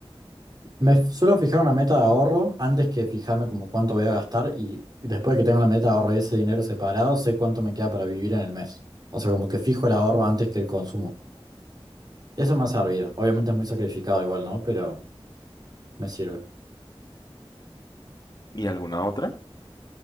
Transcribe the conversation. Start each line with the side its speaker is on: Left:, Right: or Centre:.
Right: me f- suelo fijar una meta de ahorro antes que fijarme como cuánto voy a gastar y después de que tengo la meta de ahorro y ese dinero separado, sé cuánto me queda para vivir en el mes. O sea, como que fijo el ahorro antes que el consumo. Eso me ha servido. Obviamente es muy sacrificado igual, ¿no? Pero me sirve.
Left: ¿Y alguna otra?